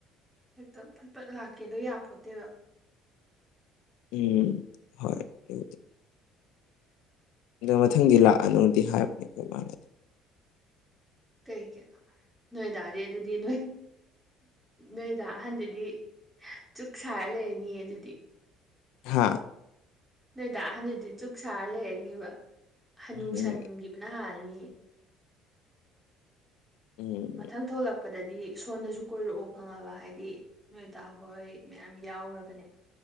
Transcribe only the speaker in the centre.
ꯍꯦꯛꯇ ꯄꯠ ꯂꯥꯛꯀꯦꯗꯣ ꯌꯥꯄꯣꯠꯇꯦꯕ
ꯀꯩꯒꯤ ꯅꯣꯏꯗꯥꯗꯤ ꯑꯗꯨꯗꯤ ꯅꯣꯏ ꯅꯣꯏ ꯗꯥ ꯑꯍꯟꯗꯨꯗꯤ ꯆꯨꯛ ꯁꯥꯔ ꯂꯩꯔꯅꯤꯌꯦ ꯑꯗꯨꯗꯤ
ꯅꯣꯏ ꯗꯥ ꯑꯍꯟꯗꯗꯤ ꯆꯨꯨꯛ ꯁꯥꯔ ꯂꯩꯔꯅꯤꯕ ꯍꯅꯨ
ꯁꯟꯒꯤꯕꯅꯥ ꯍꯜꯂꯥꯅꯤ
ꯃꯊꯪ ꯊꯣꯛꯂꯛꯄꯗꯗꯤ ꯁꯣꯟꯗꯁꯨ ꯀꯣꯏꯔꯛꯎ ꯈꯪꯉꯕ ꯍꯥꯏꯗꯤ ꯅꯣꯏꯗꯥ ꯍꯣꯏ ꯃꯌꯥꯝ ꯌꯥꯎꯔꯒꯅꯦ